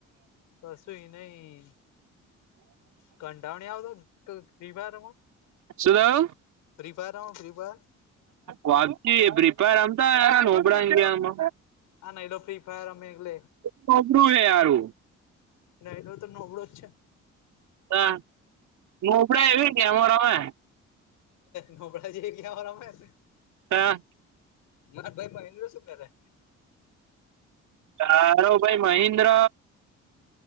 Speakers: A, on the left; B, on the right.
A: કશું એ નહ કંટાવણી આવતો ક રવા રમાં
B: શું થઈ
A: ફ્રી ફાયર રમો ફ્રી ફાયર
B: વાન કિ ફ્રી ફાયર રમતા નુબડા ઈન્ડિયા નુ
A: હા ના ઈલો ફ્રી ફાયર રમે એટલે
B: <unintelligible>
A: નલો તો નોબળો જ છે
B: ના નુબડા એવી કેમ રમે
A: નુબડા જેવી ગેમ રમે ને
B: હા
A: મારા ભાઈ મહેન્દ્ર શું કરે?
B: તારો ભાઈ મહેન્દ્ર.